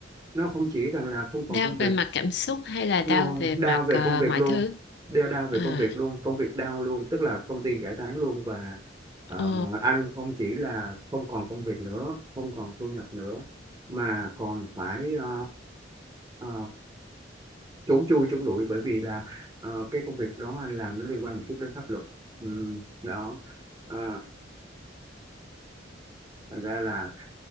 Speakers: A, on the right; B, on the left.
A: nó không chỉ rằng là không còn
B: đau
A: công việc
B: về mặt cảm xúc hay là đau
A: nó
B: về
A: đau
B: mặt
A: về
B: ờ,
A: công việc
B: mọi
A: luôn
B: thứ
A: đeo đau về
B: à,
A: công việc luôn công việc đau luôn tức là công ty giải tán luôn và ờ,
B: ờ,
A: anh không chỉ là không còn công việc nữa không còn thu nhập nữa mà còn phải ờ, ờ, trốn chui trốn lủi bởi vì là ờ, cái công việc đó anh làm nó liên quan một chút đến pháp luật Ừm, đó Ờ, thành ra là